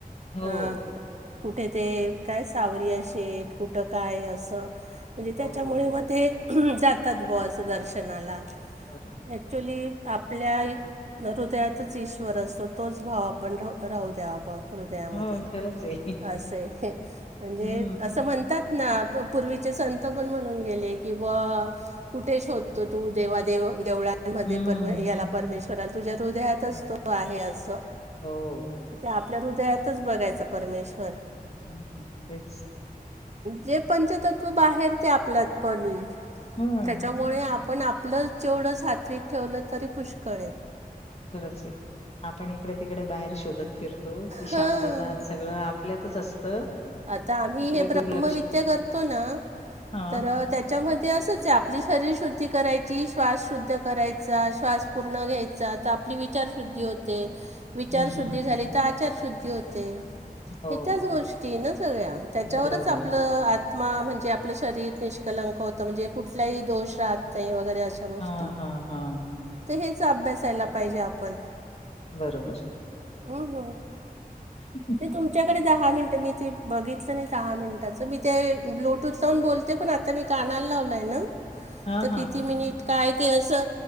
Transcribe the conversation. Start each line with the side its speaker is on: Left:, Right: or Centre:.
Left: हो,
Right: अं कुठे ते काय सावरिया शेेत कुठं काय असं म्हणजे त्याच्यामुळे
Left: हो.
Right: मग ते जातात बस दर्शनाला
Left: बरोबर
Right: ॲक्च्युली आपल्या हृदयातच ईश्वर असतो तोच भाव आपण राहू द्या भा हृदयामध्ये
Left: हो, खरंच आहे.
Right: असे हे म्हणजे
Left: हं,
Right: असं म्हणतात ना पूर्वीचे संत पण म्हणून गेले किंवा कुठे शोधतो तू देवा देव देवळात मध्ये
Left: हं.
Right: परमे याला परमेश्वरा तुझ्या हृदयातच असतो
Left: हो,
Right: आहे असं.
Left: हो.
Right: त्या आपल्या हृदयातचं बघायचा परमेश्वर
Left: हं हम तेच
Right: जे पंचतत्व बाहेर ते आपल्यात पण आहे
Left: हां,
Right: त्याच्या मुळे आपण आपलं जेवढं सात्विक ठेवलं तरी पुष्कळय
Left: खरचं आहे आपण इकडे तिकडे बाहेर शोधत फिरतो ती
Right: हां
Left: शांतता सगळं. आपल्यातचं असतं.
Right: आता आम्ही
Left: तिकडे
Right: हे
Left: दुर्लक्ष
Right: ब्रह्मविद्या करतो ना
Left: हां.
Right: तर त्या त्याच्यामध्ये असंच आपली शरीर शुद्धी करायची श्वास शुद्ध करायचा श्वास पूर्ण घ्यायचा तर आपली विचार शुद्धी होते. विचारशुद्धी
Left: हं, हं.
Right: झाली तर आचार शुद्धी होते
Left: हो,
Right: हे त्याच गोष्- तीनचं वेळा त्याच्यावरचं
Left: बरोबर.
Right: आपलं आत्मा म्हणजे आपलं शरीर <inaudible> होत म्हणजे कुठही दोष राहत नाही वगैरे अशा गोष्टी
Left: हां, हां, हां.
Right: तर हेचं अभ्यासायला पाहिजे आपण
Left: बरोबर.
Right: <unintelligible>
Left: <unintelligible>
Right: ते तुमच्याकडे दहा मिनिटं मी ते बघितलं नाही दहा मिनिटाचं मी ते ब्लूटूथ साऊन बोलते. आता मी कानाला लावलय ना
Left: हां,
Right: तर
Left: हां.
Right: किती मिनिट काय ते असं.